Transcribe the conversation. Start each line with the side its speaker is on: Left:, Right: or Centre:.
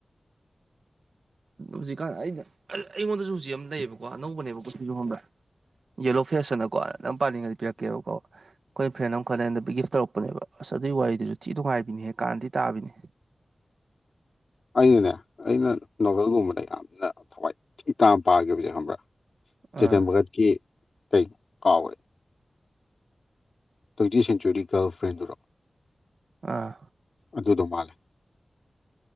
Right: ꯍꯧꯖꯤꯛꯀꯥꯟ ꯑꯩꯅ ꯑꯩꯉꯣꯟꯗꯁꯨ ꯍꯧꯖꯤꯛ ꯌꯥꯝ ꯂꯩꯌꯦꯕꯀꯣ ꯑꯅꯧꯕꯅꯦꯕ ꯀꯣꯁꯨ ꯈꯕ꯭ꯔꯥ ꯌꯦꯂꯣ ꯐꯦꯁꯇꯅꯀꯣ ꯅꯪ ꯄꯥꯅꯤꯡꯉꯗꯤ ꯄꯤꯔꯛꯀꯦꯕꯀꯣ ꯑꯩꯈꯣꯏ ꯐ꯭ꯔꯦꯟ ꯑꯃꯈꯛꯉꯗ ꯒꯤꯐ ꯇꯧꯔꯛꯄꯅꯦꯕ ꯑꯁ ꯑꯗꯨꯏ ꯋꯥꯔꯤꯗꯨꯁꯨ ꯊꯤ ꯅꯨꯡꯉꯥꯏꯕꯤꯅꯤ ꯍꯦꯛ ꯀꯥꯟꯅꯗꯤ ꯇꯥꯕꯤꯅꯤ
Left: ꯑꯩꯅꯅꯦ ꯑꯩꯅ ꯅꯣꯚꯦꯜꯒꯨꯝꯕꯗ ꯌꯥꯝꯅ ꯊꯋꯥꯏ ꯏ ꯇ ꯄꯥꯈꯤꯕꯁꯦ ꯈꯪꯕ꯭ꯔꯥ ꯆꯇꯦꯝ
Right: ꯑꯥ
Left: ꯚꯥꯒꯠꯀꯤ ꯇ ꯀꯥꯎ꯭ꯔꯦ ꯇ꯭ꯋꯦꯟꯇꯤ ꯁꯦꯟꯆꯨꯔꯤ ꯒ ꯐ꯭ꯔꯦꯟꯗꯨꯔꯣ
Right: ꯑꯥ
Left: ꯑꯗꯨꯗꯣ ꯃꯥꯜꯂꯦ